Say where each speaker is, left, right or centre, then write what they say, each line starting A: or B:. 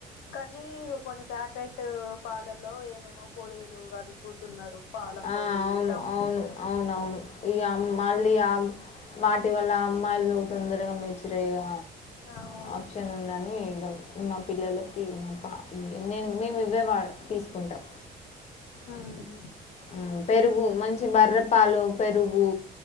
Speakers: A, on the left (about 80°); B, on the left (about 40°).
A: కానీ కొన్ని ప్యాకెట్ పాలల్లో ఏమేమో పోడిలు కలుపుతున్నారు పాల
B: ఆ
A: పొడి
B: అవును
A: సంథింగ్
B: అవును అవునవును ఇగ మళ్ళీ ఆ వా వల్ల అమ్మాయిలు తొందరగా మెచ్యూర్ అయ్యే
A: అవును
B: ఆప్షన్ ఉందని ఇగ మా పిల్లలకి మా పా నేను మేము ఇవే వా తీసుకుంటాం
A: అవునా
B: ఆ పెరుగు మంచి బర్రెపాలు పెరుగు